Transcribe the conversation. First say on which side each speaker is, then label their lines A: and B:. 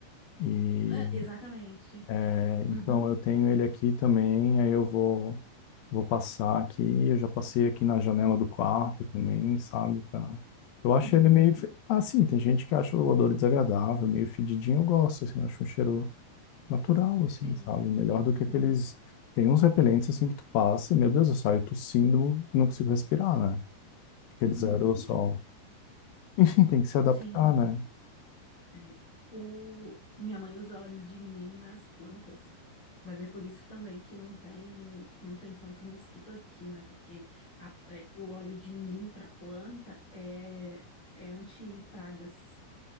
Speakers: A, on the left; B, on the left.
A: E
B: Ah, exatamente.
A: é,
B: Uhum.
A: então eu tenho ele aqui também, aí eu vou, vou passar aqui. Eu já passei aqui na janela do quarto também, sabe? Pra... Eu acho
B: Uhum.
A: ele meio. fe- Ah, sim, tem gente que acha o odor desagradável, meio fedidinho, eu gosto, assim, acho um cheiro natural, assim,
B: Sim.
A: sabe? Melhor do que
B: Aham.
A: aqueles. Tem uns repelentes, assim, que tu passa, meu Deus, eu saio tossindo, não consigo respirar, né? Aqueles
B: Uhum.
A: aerossol. Enfim, tem que se adaptar,
B: Sim.
A: né?
B: É. O... Minha mãe usa óleo de nim nas plantas. Vai ver por isso também que não tem, não tem tanto mosquito aqui, né? Porque a- é, o óleo de nim para planta é, é anti-pragas.